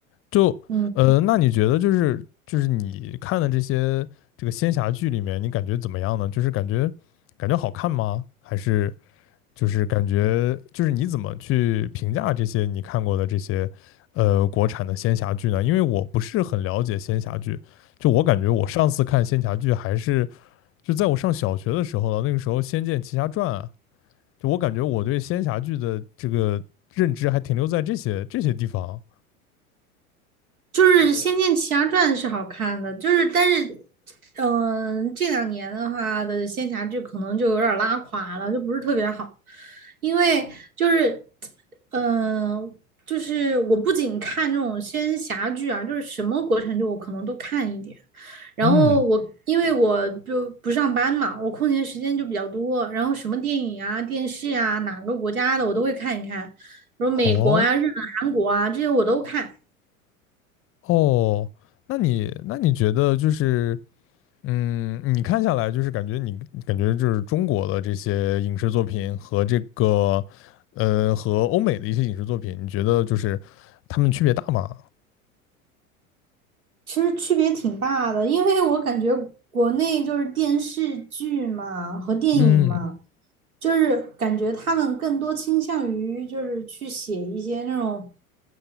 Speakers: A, on the left (about 30°); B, on the right (about 80°).
A: 就呃，
B: 嗯。
A: 那你觉得就是就是你看的这些这个仙侠剧里面，你感觉怎么样呢？就是感觉感觉好看吗？还是就是感觉就是你怎么去评价这些你看过的这些呃国产的仙侠剧呢？因为我不是很了解仙侠剧，就我感觉我上次看仙侠剧还是就在我上小学的时候了，那个时候《仙剑奇侠传》啊。就我感觉我对仙侠剧的这个认知还停留在这些这些地方。
B: 就是《仙剑奇侠传》是好看的，就是但是，嗯、这两年的话的仙侠剧可能就有点儿拉垮了，就不是特别好，因为就是，嗯、就是我不仅看这种仙侠剧啊，就是什么国产剧我可能都看一点，然后我因为我就不上班嘛，
A: 嗯，
B: 我空闲时间就比较多，然后什么电影啊、电视啊，哪个国家的我都会看一看，比如美国啊、
A: 哦
B: 日本、韩国啊这些我都看。
A: 哦，那你那你觉得就是嗯，你看下来就是感觉你感觉就是中国的这些影视作品和这个呃和欧美的一些影视作品，你觉得就是他们区别大吗？
B: 其实区别挺大的，因为我感觉国内就是电视剧嘛和电影嘛，
A: 嗯，
B: 就是感觉他们更多倾向于就是去写一些那种